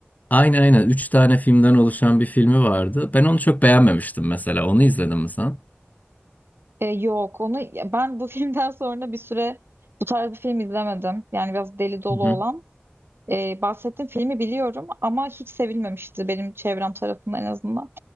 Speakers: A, on the left; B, on the right.
A: aynı aynen 3 tane filmden oluşan bir filmi vardı. Ben onu çok beğenmemiştim mesela. Onu izledin mi sen?
B: E, yok onu ben bu <laughs> filmden sonra bir süre bu tarz bir film izlemedim. Yani biraz deli dolu
A: Hı
B: olan.
A: hı.
B: E, bahsettiğim filmi biliyorum ama hiç sevilmemişti benim çevrem tarafından en azından.